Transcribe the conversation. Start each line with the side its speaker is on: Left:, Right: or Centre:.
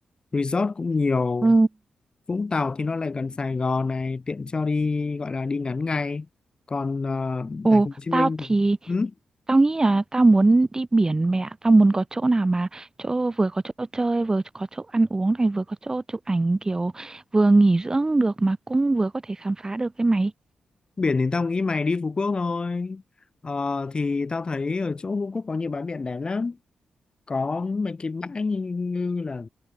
Left: resort cũng nhiều
Right: Ừ.
Left: Vũng Tàu thì nó lại gần Sài Gòn này tiện cho đi gọi là đi ngắn ngày còn ờ,
Right: Ồ,
Left: thành phố Hồ Chí
Right: tao
Left: Minh
Right: thì
Left: thì- ừ?
Right: tao nghĩ là tao muốn đi biển mẹ, tao muốn có chỗ nào mà chỗ vừa có chỗ chơi, vừa có chỗ ăn uống này, vừa có chỗ chụp ảnh kiểu vừa nghỉ dưỡng được mà cũng vừa có thể khám phá được cái mày.
Left: biển thì tao nghĩ mày đi Phú Quốc thôi ờ, thì tao thấy ở chỗ Phú Quốc có nhiều bãi biển đẹp lắm có mấy cái bãi như, như là